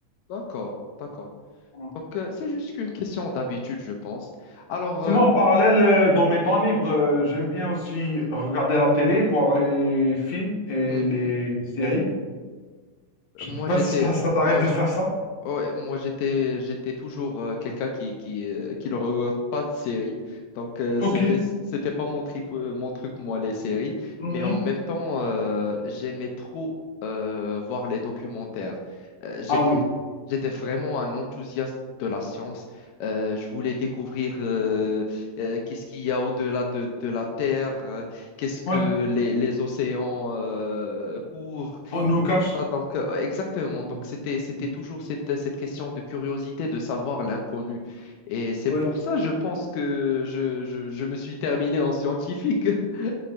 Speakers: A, on the left (about 80°); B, on the left (about 55°).
A: D'accord, d'accord.
B: Voilà.
A: Donc, euh, c'est juste qu'une question d'habitude, je pense. Alors,
B: Sinon,
A: euh, comme
B: en parallèle,
A: tu dis,
B: euh, dans mes temps libres, euh, j'aime bien aussi regarder la télé, voir les films et
A: mhm,
B: les séries. Je
A: moi,
B: ne sais pas
A: j'étais,
B: si t'as- ça t'arrive
A: moi,
B: de faire ça.
A: Ouais, moi j'étais j'étais toujours euh, quelqu'un qui qui, euh, qui ne regarde pas de séries. Donc euh,
B: Ok.
A: c'était c'était pas mon truc euh, mon truc moi les séries,
B: Mhm.
A: mais en même temps euh, j'aimais trop euh, voir les documentaires. Euh, j'étais
B: Ah oui.
A: j'étais vraiment un enthousiaste de la science. Euh, je voulais découvrir euh, euh, qu'est-ce qu'il y a au-delà de, de la Terre, euh, qu'est-ce que
B: Ouais.
A: les, les océans euh, couvrent.
B: On nous cache.
A: Ah, donc, euh, exactement.
B: Mm.
A: Donc, c'était, c'était
B: Mm.
A: toujours cette, cette question de curiosité de savoir l'inconnu. Et c'est
B: Ouais,
A: pour ça, je pense que je, je, je me suis terminé en scientifique. <laughs>